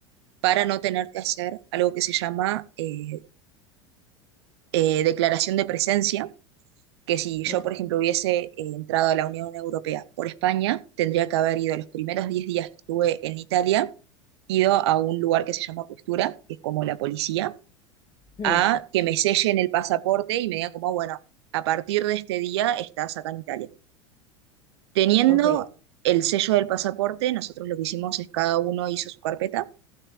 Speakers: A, on the right; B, on the left.
A: para no tener que hacer algo que se llama eh, eh, declaración de presencia, que si
B: ok,
A: yo, por ejemplo, hubiese eh, entrado a la Unión Europea por España, tendría que haber ido los primeros 10 días que estuve en Italia ido a un lugar que se llama Costura, que es como la policía,
B: mm,
A: a que me sellen el pasaporte y me digan como, bueno, a partir de este día estás acá en Italia. Teniendo
B: ok,
A: el sello del pasaporte, nosotros lo que hicimos es cada uno hizo su carpeta